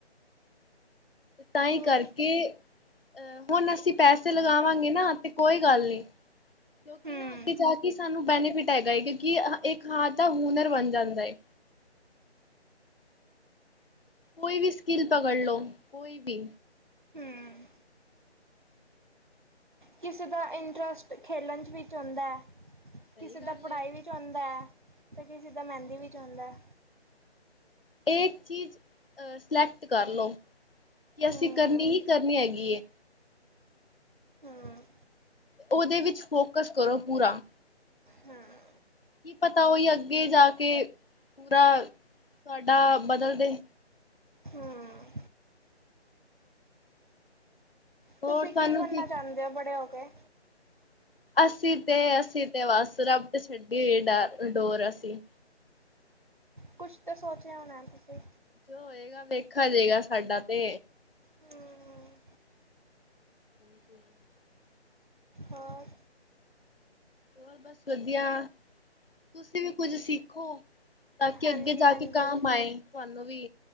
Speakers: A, on the left; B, on the right.
A: ਤਾਂ, ਹੀ
B: ਹੋਰ
A: ਕਰਕੇ ਅਹ ਹੁਣ, ਅਸੀਂ ਪੈਸੇ ਲਗਾਵਾਂਗੇ ਨਾ, ਤੇ ਕੋਈ ਗੱਲ ਨਹੀਂ। ਕਿਉਂਕਿ
B: ਹਮ
A: ਨਾ ਅੱਗੇ ਜਾਕੇ ਸਾਨੂੰ ਬੈਨੀਫਿਟ ਹੈਗਾ ਹੈ, ਕਿਉਂਕਿ ਇੱਕ ਹਾਦ ਦਾ ਹੁਨਰ ਬਣ ਜਾਂਦਾ ਹੈ। ਕੋਈ ਵੀ ਸਕਿੱਲ ਪਕੜ ਲੋ, ਕੋਈ ਵੀ!
B: ਹਮ ਕਿਸੇ ਦਾ ਇੰਟਰਸਟ ਖੇਲਣ'ਚ ਵਿੱਚ ਹੋਂਦੈ।
A: ਸਹੀ
B: ਕਿਸੇ
A: ਗੱਲ
B: ਦਾ ਪੜ੍ਹਾਈ
A: ਹੈ
B: ਵੀਚ ਹੋਂਦਾ, ਅਤੇ ਕਿਸੇ ਦਾ ਮਹਿੰਦੀ ਵੀਚ ਹੋਂਦਾ।
A: ਇਹ ਚੀਜ਼ ਸਲੈਕਟ ਕਰਲੋ। ਕਿ,
B: ਹਮ
A: ਅਸੀਂ ਕਰਨੀ ਹੀ, ਕਰਨੀ ਹੈਗੀ ਏ।
B: ਹਮ
A: ਉਹਦੇ ਵਿੱਚ ਫੋਕਸ ਕਰੋ ਪੂਰਾ।
B: ਹਮ
A: ਕੀ ਪਤਾ, ਉਹੀ ਅੱਗੇ ਜਾਕੇ ਪੂਰਾ ਤੁਹਾਡਾ ਬਦਲਦੇ
B: ਹਮ
A: ਹੋਰ
B: ਤੁਸੀਂ
A: ਤੁਹਾਨੂੰ
B: ਕੀ, ਬਣਨਾ ਚਾਹੁੰਦੇ ਹੋ? ਬੜੇ ਹੋਕੇ।
A: ਅਸੀਂ ਤੇ, ਅਸੀਂ ਤੇ ਬਸ। ਰੱਬ ਤੇ, ਸੁੱਟੀ ਹੋਈ ਏ, ਡਾਰ, ਡੋਰ ਅਸੀ।
B: ਕੁਛ ਤੇ, ਸੋਚਿਆ ਹੋਣਾ ਤੁਸੀਂ?
A: ਹੋਏਗਾ, ਵੇਖਾ ਜੇਗਾ ਸਾਡਾ ਤੇ।
B: ਹਮ
A: <inaudible>
B: ਹੋਰ
A: ਹੋਰ, ਬਸ ਵਧੀਆ। ਤੁਸੀਂ ਵੀ ਕੁੱਝ ਸਿੱਖੋ। ਤਾਂ ਕਿ,
B: ਹਾਂਜੀ
A: ਅੱਗੇ ਜਾਕੇ
B: ਹਾਂਜੀ
A: ਕਾਮ ਆਏ ਤੁਹਾਨੂੰ ਵੀ,